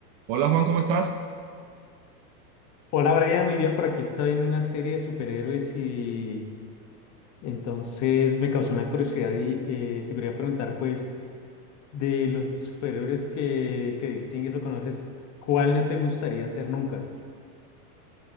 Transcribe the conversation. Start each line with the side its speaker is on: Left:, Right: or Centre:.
Right: Hola Juan, ¿cómo estás?
Left: Hola Brian, muy bien, por aquí estoy en una serie de superhéroes y entonces me causó una curiosidad y eh, te quería preguntar pues de los superhéroes que, que distingues o conoces, ¿cuál no te gustaría ser nunca?